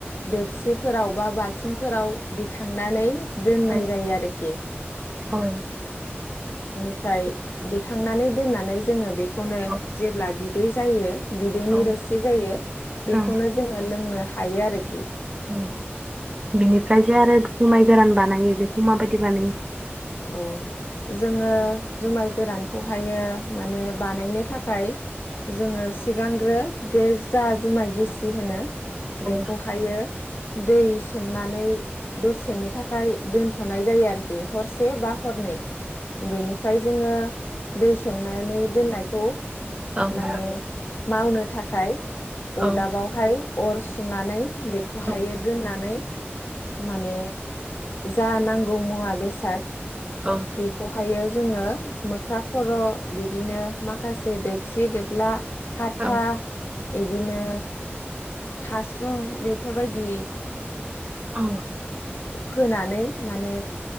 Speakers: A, on the left; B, on the right.
A: दोबसिफोराव बा बा थिंफोराव दिखांनानै। दोननाय
B: औ
A: जायो आरोखि।
B: औ
A: फ्राय दिखांनानै दोननानै जोङो बे खौनो
B: औ
A: जेब्ला बिदै जायो बिदैनि
B: औ
A: रोसि जायो बेखौनो
B: औ
A: जोङो लोंनो । थायो आरोखि।
B: औ बिनिफ्राय जे आरो जुमाय गोरान बानायो बेखौ माबायदि बानायो?
A: औ जोङो जुमाय गोरानखौहायो माने बानायनो थाखाय जोङो सिगांग्रो बे जा जुमाय गेसि होनो । बेखौहायो।
B: औ
A: दै सोमनानै दसेनि थाखाय दोनथनाय जायो आरोखि हर से बा हरनै। बेनिफ्राय जोङो दै सोमनानै दोननायखौ
B: औ
A: माने मावनो थाखाय
B: औ
A: अदाबावहाय। अर सुनानै बेखौहायो
B: औ
A: दोननानै माने जा नांगौ मुवा बेसाद
B: औ
A: बेखौहायो जोङो मोख्रा खर' बिदिनो माखासे दोबसि दोबला हाथा
B: औ
A: इदिनो हासुं बेफोरबायदि
B: औ।
A: होनानै माने